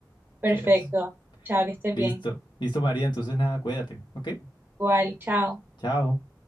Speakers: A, on the right; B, on the left.
A: Perfecto.
B: ¿Quieres?
A: Chao, que estés
B: Listo.
A: bien.
B: Listo, María. Entonces nada, cuídate, ¿ok?
A: Igual, chao.
B: Chao.